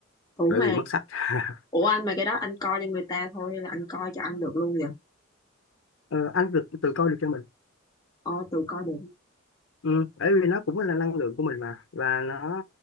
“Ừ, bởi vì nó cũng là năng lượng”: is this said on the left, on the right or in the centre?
Left